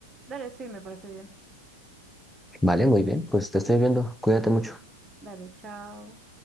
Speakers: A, on the right; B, in the centre.
A: dale, sí, me parece bien.
B: Vale, muy bien, pues te estoy viendo. Cuídate mucho.
A: Dale, chao.